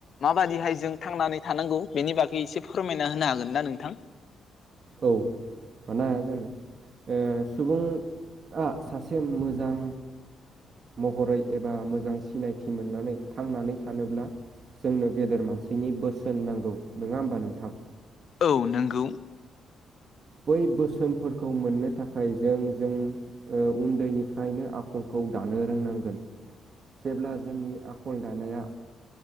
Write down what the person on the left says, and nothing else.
माबादिहाय जों थांनानै थानांगौ बेनि बागै एसे फोरमायना होनो हागोन ना नोंथां
औ नोंगौ